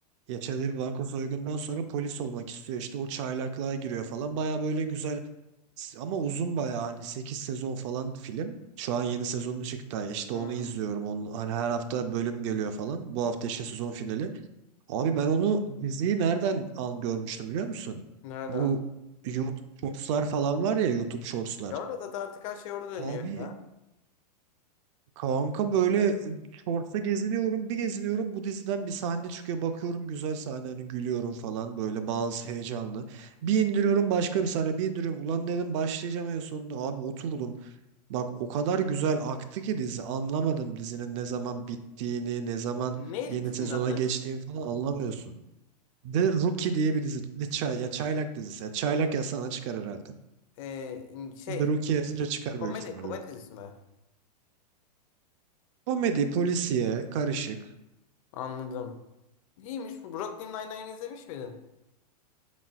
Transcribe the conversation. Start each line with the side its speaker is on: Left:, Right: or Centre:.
Right: Ya bir banka soygundan sonra polis olmak istiyor. İşte o çaylaklığa giriyor falan. Baya böyle güzel ama uzun baya hani 8 sezon falan film. Şu an yeni sezonu çıktı. İşte
Left: Hı.
Right: onu izliyorum. Onun, hani her hafta bölüm geliyor falan. Bu hafta işte sezon finali. Abi ben onu diziyi nereden al görmüştüm biliyor musun?
Left: Nereden?
Right: Bu YouTube Shorts'lar falan var ya YouTube Shorts'lar.
Left: Ya orada da artık her şey orada dönüyor
Right: Abi
Left: ya.
Right: Kanka böyle e, shorts'ta geziniyorum bir geziniyorum bu diziden bir sahne çıkıyor bakıyorum güzel sahne hani gülüyorum falan böyle bazı heyecanlı. Bir indiriyorum başka bir sahne bir indiriyorum ulan dedim başlayacağım en sonunda abi oturdum. Bak o kadar güzel aktı ki dizi anlamadım dizinin ne zaman bittiğini ne zaman
Left: Neydi
Right: yeni
Left: dizinin
Right: sezona
Left: adı?
Right: geçtiğini falan anlamıyorsun. The Rookie diye bir dizi. The Çay, ya Çaylak dizisi. Ya Çaylak yazsana çıkar herhalde.
Left: Ee, in- şey.
Right: The Rookie yazınca çıkar
Left: Komedi.
Right: büyük ihtimalle.
Left: Komedi dizisi mi?
Right: Komedi, polisiye, karışık.
Left: Anladım. İyiymiş. Brooklyn Nine-Nine izlemiş miydin?